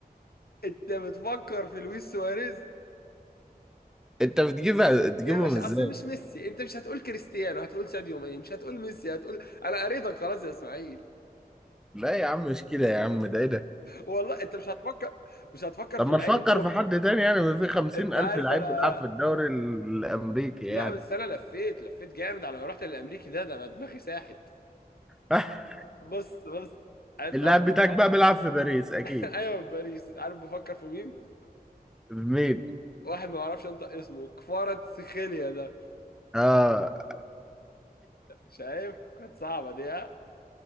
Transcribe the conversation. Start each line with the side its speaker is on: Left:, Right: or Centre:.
Left: انت بتفكر في لويس سواريز
Centre: انت بتجيبها تجيبهم
Left: يا باشا
Centre: ازاي
Left: اصل مش ميسي انت مش هتقول كريستيانو هتقول ساديو ماني مش هتقول ميسي هتقول انا قريتك خلاص يا اسماعيل
Centre: لا يا عم مش كده يا عم ده ايه ده
Left: والله انت مش هتفكر مش هتفكر
Centre: طب
Left: في
Centre: ما
Left: اللعيب
Centre: نفكر
Left: التوب
Centre: في حد تاني يعني ما في خمسين
Left: انت
Centre: ألف
Left: عارف
Centre: لعيب
Left: انا
Centre: بيلعب في الدوري الأمريكي يعني
Left: لا بس انا لفيت لفيت جامد على ما رحت للامريكي ده ده انا دماغي ساحت
Centre: <laughs>
Left: بص بص انت
Centre: اللاعب
Left: عارف انا
Centre: بتاعك
Left: بفكر
Centre: بقى بيلعب في باريس أكيد
Left: <laughs> ايوه في باريس عارف بفكر في مين؟
Centre: مين؟
Left: واحد ما بعرفش انطق اسمه كفارة سيخيليا ده
Centre: آه
Left: شايف كانت صعبة دي ها